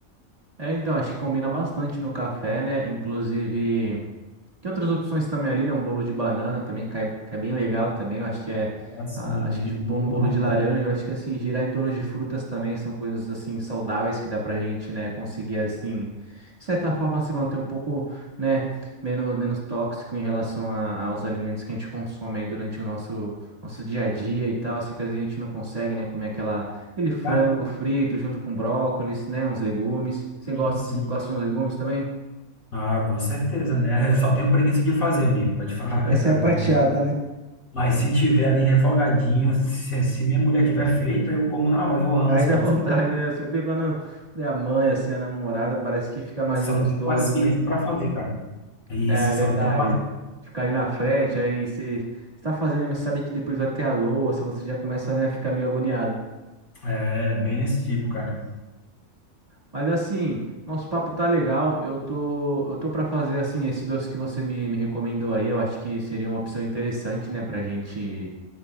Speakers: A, on the right; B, on the left.
A: É, então, acho que combina bastante no café, né? Inclusive. Tem outras opções também ali, né? Um bolo de banana também cai, cai bem legal também. Eu acho que é.
B: Assim,
A: ah, acho
B: bolo
A: que
B: de milho
A: bom-
B: demais.
A: um bolo de laranja. Eu acho que assim, girar em torno de frutas também são coisas assim saudáveis que dá pra gente, né? Conseguir assim, de certa forma, se manter um pouco, né? Menos, menos tóxico em relação a- aos alimentos que a gente consome aí durante o nosso, nosso dia a dia e tal. Assim que às vezes a gente não consegue, né? Comer aquela, aquele frango
B: Cara,
A: frito junto com brócolis, né? Uns legumes. Você
B: sim,
A: gosta,
B: sim.
A: você gosta de uns legumes também?
B: Ah, com certeza, né? Eu só tenho preguiça de fazer, amigo, pra te falar a verdade.
A: Essa é a parte
B: Mas,
A: chata, né?
B: mas se tiver ali refogadinho, se, se minha mulher tiver feito, eu como na hora. Eu amo,
A: Aí
B: sabe?
A: dá <laughs> vontade,
B: Só,
A: né? Sempre quando é a mãe, assim, a namorada, parece que fica mais
B: só
A: gostoso,
B: não tenho paciência
A: né?
B: pra fazer, cara. Isso,
A: É, é verdade.
B: só não tenho paciência.
A: Ficar ali na frente, aí você está fazendo, mas sabe que depois vai ter a louça, você já começa, né, a ficar meio agoniado.
B: É, bem nesse tipo, cara.
A: Mas assim, nosso papo tá legal. Eu tô, eu tô para fazer assim esse doce que você me, me recomendou aí. Eu acho que seria uma opção interessante, né, pra gente